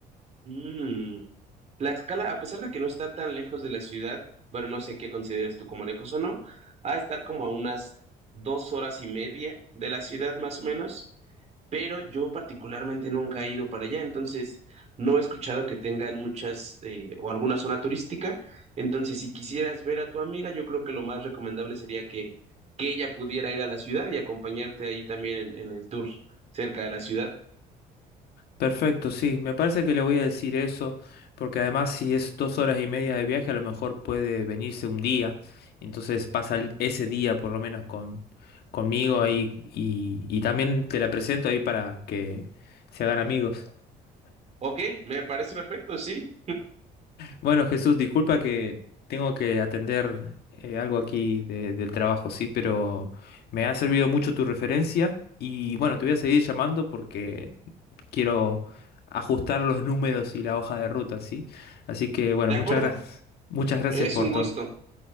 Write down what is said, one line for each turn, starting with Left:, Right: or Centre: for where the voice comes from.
Right: Mm. Tlaxcala, a pesar de que no está tan lejos de la ciudad, bueno, no sé qué consideres tú como lejos o no, ha de estar como a unas dos horas y media de la ciudad más o menos. pero yo particularmente nunca he ido para allá, entonces no he escuchado que tengan muchas eh, o alguna zona turística, entonces si quisieras ver a tu amiga, yo creo que lo más recomendable sería que, que ella pudiera ir a la ciudad y acompañarte ahí también en, en el tour cerca de la ciudad.
Left: Perfecto, sí, me parece que le voy a decir eso, porque además si es dos horas y media de viaje, a lo mejor puede venirse un día, entonces pasa el- ese día por lo menos con, conmigo ahí y, y también te la presento ahí para que se hagan amigos.
Right: Ok, me parece perfecto, sí,
Left: Bueno, Jesús, disculpa que tengo que atender eh, algo aquí de- del trabajo, sí, pero me ha servido mucho tu referencia y bueno, te voy a seguir llamando porque quiero ajustar los números y la hoja de ruta, sí. Así que bueno,
Right: de acuerdo,
Left: muchas gracias. Muchas gracias
Right: es
Left: por
Right: un
Left: todo.
Right: gusto.